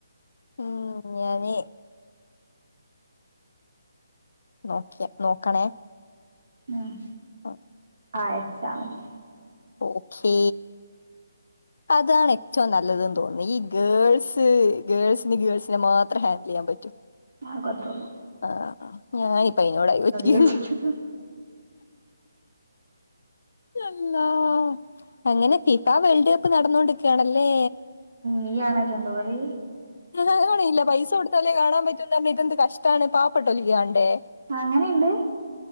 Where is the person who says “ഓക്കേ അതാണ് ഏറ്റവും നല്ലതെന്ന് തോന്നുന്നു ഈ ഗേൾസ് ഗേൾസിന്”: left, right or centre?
Left